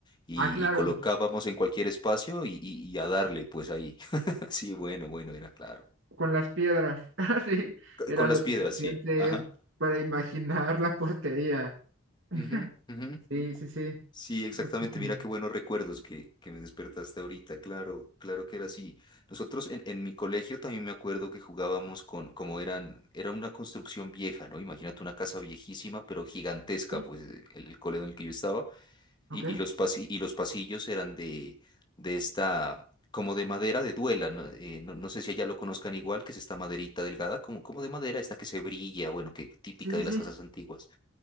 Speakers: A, on the left; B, on the right.
A: y,
B: ah, claro,
A: y colocábamos en cualquier espacio y, y- y a darle, pues ahí. <laughs> Sí, bueno, bueno, era claro.
B: con las piedras. <laughs> Sí,
A: C-
B: era
A: Con
B: lo
A: las
B: suficiente
A: piedras, sí. Ajá.
B: para imaginar la portería. <laughs>
A: Ujú, ujú.
B: Sí, sí, sí.
A: Sí, exactamente.
B: Muchísimo.
A: Mira qué buenos recuerdos que, que me despertaste ahorita. Claro, claro que era así. Nosotros en, en mi colegio también me acuerdo que jugábamos con, como eran, era una construcción vieja, ¿no? Imagínate una casa viejísima, pero gigantesca,
B: Ok,
A: pues eh, el, el colegio en el que yo estaba. Y,
B: ok.
A: y los pasi- y los pasillos eran de, de esta, como de madera de duela, ¿no? Eh, no, no sé si allá lo conozcan igual, que es esta maderita delgada, como, como de madera, esta que se brilla, bueno, que típica
B: Sí, sí,
A: de
B: sí.
A: las casas antiguas.